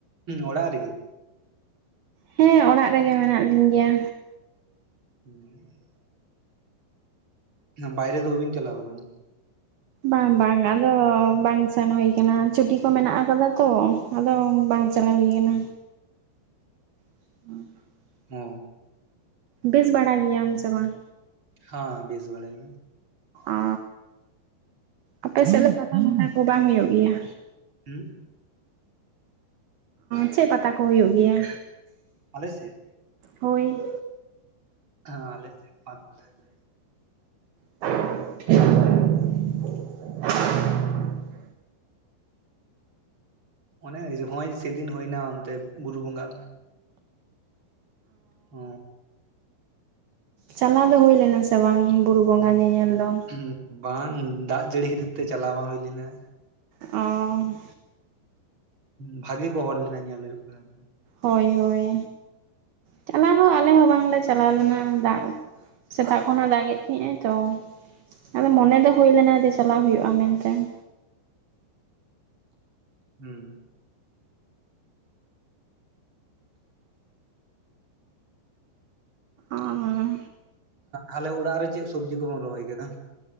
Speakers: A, on the right; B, on the right.
A: ᱚᱲᱟᱜ ᱨᱤᱡᱤᱜ
B: ᱦᱮᱸ ᱚᱲᱟᱜ ᱨᱮᱜᱮ ᱢᱮᱱᱟᱜ ᱞᱤᱧ ᱜᱮᱭᱟ᱾
A: <inaudible> ᱵᱟᱭᱨᱮ ᱫᱚ ᱵᱟᱵᱤᱱ ᱪᱟᱞᱟᱣ ᱠᱟᱱᱟ᱾
B: ᱵᱟᱝ ᱵᱟᱝ ᱟᱫᱚ ᱵᱟᱝ ᱥᱮᱱ ᱦᱩᱭ ᱟᱠᱟᱱᱟ ᱪᱷᱩᱴᱤ ᱠᱚ ᱢᱮᱱᱟᱜ ᱟᱠᱟᱫᱟ ᱛᱚ᱾ ᱟᱫᱚ ᱵᱟᱝ ᱪᱟᱞᱟᱣ ᱦᱩᱭ ᱟᱠᱟᱱᱟ᱾ <inaudible>
A: ᱚ
B: ᱵᱮᱥ ᱵᱟᱲᱟ ᱜᱮᱭᱟᱢ ᱥᱮ ᱵᱟᱝ?
A: ᱦᱮᱸ ᱵᱮᱥ ᱵᱟᱲᱟ ᱜᱮ᱾
B: ᱚ ᱟᱯᱮ ᱥᱮᱫ ᱫᱚ ᱯᱟᱛᱟ ᱢᱟᱛᱟ ᱠᱚ ᱵᱟᱝ ᱦᱩᱭᱩᱜ ᱜᱮᱭᱟ᱾
A: ᱦᱮᱸ
B: ᱪᱮᱫ ᱯᱟᱛᱟ ᱠᱚ ᱦᱩᱭᱩᱜ ᱜᱮᱭᱟ᱾
A: ᱟᱞᱮ ᱥᱮᱫ
B: ᱦᱳᱭ
A: ᱦᱟᱸ ᱞᱟᱹᱭ ᱛᱟᱦᱮ <unintelligible>
B: <inaudible>
A: ᱚᱱᱮ ᱦᱚᱸᱭ ᱥᱮᱫᱤᱱ ᱦᱩᱭ ᱮᱱᱟ ᱚᱱᱛᱮ ᱵᱩᱨᱩ ᱵᱚᱸᱜᱟ ᱚ
B: ᱪᱟᱞᱟᱣ ᱫᱚ ᱦᱳᱭ ᱞᱮᱱᱟ ᱥᱮ ᱵᱟᱝ ᱵᱩᱨᱩ ᱵᱚᱸᱜᱟ ᱧᱮᱧᱮᱞ ᱫᱚ?
A: ᱩᱸᱜ ᱵᱟᱝ ᱫᱟᱜ ᱡᱟᱹᱲᱤ ᱠᱷᱟᱹᱛᱤᱨ ᱛᱮ ᱪᱟᱞᱟᱣ ᱵᱟᱝ ᱦᱩᱭ ᱞᱮᱱᱟ ᱾
B: ᱚᱻ
A: ᱵᱷᱟᱜᱮ ᱠᱚ ᱦᱚᱲ ᱞᱮᱱᱟ ᱧᱮᱞ ᱦᱩᱭᱩᱜ ᱠᱟᱱᱟ ᱾
B: ᱦᱳᱭ ᱦᱳᱭ ᱪᱟᱞᱟᱣ ᱦᱚᱸ ᱟᱞᱮ ᱦᱚᱸ ᱵᱟᱝ ᱞᱮ ᱪᱟᱞᱟᱣ ᱞᱮᱱᱟ ᱫᱟᱜ ᱥᱮᱛᱟᱜ ᱠᱷᱚᱱᱟᱜ ᱫᱟᱜᱮᱫ ᱛᱟᱦᱮᱸᱜᱼ ᱟᱭ ᱛᱚ ᱾ ᱟᱫᱚ ᱢᱚᱱᱮ ᱫᱚ ᱦᱳᱭ ᱞᱮᱱᱟ ᱡᱮ ᱪᱟᱞᱟᱣ ᱦᱳᱭᱳᱜᱼᱟ ᱢᱮᱱᱛᱮ ᱾
A: ᱦᱩᱸ
B: ᱟᱨ
A: ᱟᱞᱮ ᱚᱲᱟᱜ ᱨᱮ ᱪᱮᱫ ᱥᱚᱵᱽᱡᱤ ᱠᱚᱵᱚᱱ ᱨᱚᱦᱚᱭ ᱠᱮᱫᱟ?